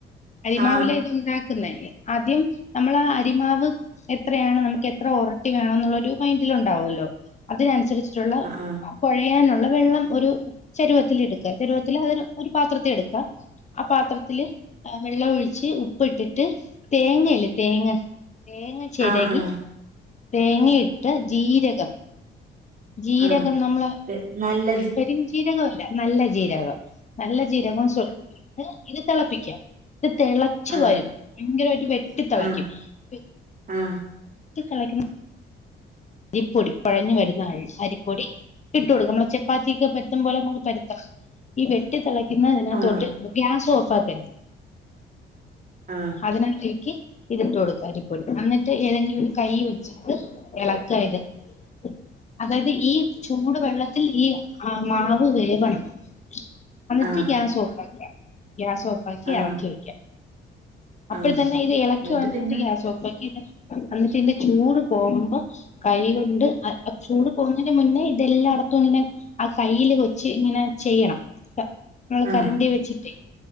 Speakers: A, on the left (about 35°); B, on the right (about 45°).
A: അരിമാവിലെ
B: ആ!
A: ഇത് ഉണ്ടാ ക്കുന്നേ ആദ്യം നമ്മളാ അരിമാവ് എത്രയാണ് നമുക്ക് എത്ര ഉറട്ടി വേണം എന്നുള്ളൊരു മൈൻഡിൽണ്ടാവുമല്ലോ അതിനനുസരിച്ചിട്ടുള്ള
B: ആ!
A: കുഴയാന ഉള്ളവെള്ളം ഒരു ചരുവത്തിൽ എടുക്കൻ ചാരുവത്തിൽ ആയെന്നു ഒരു പാത്രത്തി എടുക്കാ ആ പാത്രത്തില് വെള്ളം ഒഴിച്ച് കുറച്ച് ഉപ്പിടിട്ട് തേങ്ങ തേങ്ങ തേങ്ങ ചിരകി
B: ആ! ആ!
A: തേങ്ങയിട്ട് ജീരകം ജീരകം
B: ആ!
A: നമ്മള
B: തെ നല്ല
A: പെരും ജീരകം എല്ലാ നല്ല ജീരകം നല്ല ജീരകം സൊൽപിട്ട് പ്പിക്ക ഇത് തിളച്ചു
B: ആ!
A: വരും ഭയങ്കരമായിട്ട് വെട്ടി തിളയ്ക്കും
B: ആ!
A: വെട്ടി
B: ആ!
A: തിളക്ക്ണ അരിപ്പൊടി കുഴഞ്ഞു വരുന്ന ആ അരിപ്പൊടി ഇട്ട് കൊടുക്കും നമ്മള് <unintelligible> പരത്തുംപോലെ നമക്ക് പരുത്തണം ഈ വെട്ടി തിള പിന്നെഇതിനകത്തോട്ട്
B: ആ!
A: ഗ്യാസ ഓഫ്- പതെ
B: ആ!
A: അതിനാത്തേക്ക് ഇതിട്ട് കൊടുക്കാ അരിപ്പൊടി അന്നി ഏതെങ്കിലും ഒരു കൈ വെച്ചിട്ട് ഇളകി- <unintelligible> അതായത് ഈ ചുട് വെള്ള ത്തിൽ ഈ മാവ് വേവണം അന്നിട്ട്
B: ആ!
A: ഗ്യാസ് ഓഫാക്കുക ഗ്യാസ് ഓഫാക്കിഇറക്കി
B: ആ!
A: വെക്കാം അപ്പഴത്തന്നെ
B: ആ!
A: ഇത് ഇളക്കി
B: എന്നിട്ട്
A: വേണ്ടണ്ട്
B: പിന്നെ?
A: ഗ്യാസ് ഓഫ് ആക്കി ഇത് എന്നിട്ട് ഇന്റെ ചൂട് പോകുമ്പോ കൈയ്- ണ്ട് ആ ചൂട് പോകുന്നേന് മുന്നേ ഇതെല്ലായിടത്തും ഇങ്ങനെ ആ കയ്യിൽ വെച്ച് ഇങ്ങനെ ചെയ്യണം നമ്മള്
B: ആ!
A: കരണ്ടി വെച്ചിട്ടെ